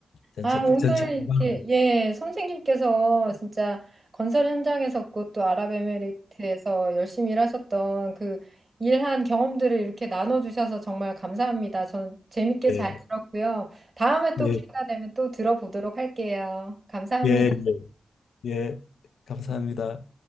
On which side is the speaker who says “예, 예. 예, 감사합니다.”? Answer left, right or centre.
Left